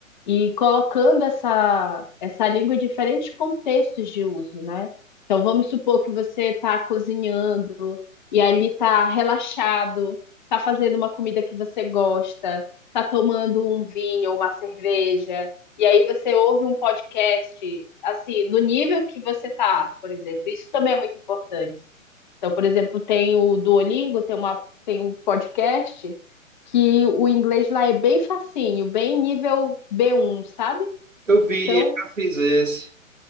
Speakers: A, on the left; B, on the right.
A: e colocando essa, essa língua em diferentes contextos de uso, né? Então, vamos supor que você está cozinhando e ali está relaxado, está fazendo uma comida que você gosta, está tomando um vinho ou uma cerveja, e aí você ouve um podcast, assim, no nível que você está, por exemplo. Isso também é muito importante. Então, por exemplo, tem o Duolingo, tem uma, tem um podcast que o inglês lá é bem facinho, bem nível b um, sabe?
B: Eu vi,
A: Então,
B: já fiz esse.